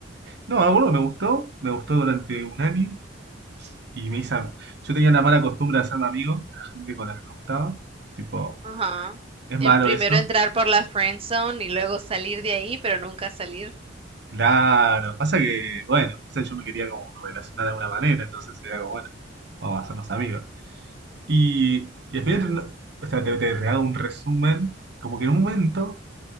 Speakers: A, on the right (about 60°); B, on the right (about 30°).
A: no, me acuerdo que me gustó, me gustó durante un año y me hice... am- Yo tenía la mala costumbre de hacerme amigo de la gente con la que me gustaba. Tipo,
B: Ajá.
A: es
B: En
A: malo
B: primero
A: eso.
B: entrar por la friend zone y luego salir de ahí, pero nunca salir.
A: Claro, pasa que, bueno, o sea, yo me quería como relacionar de alguna manera, entonces era como, bueno, vamos a hacernos amigos. Y, y al final, no- o sea, te, te hago un resumen, como que en un momento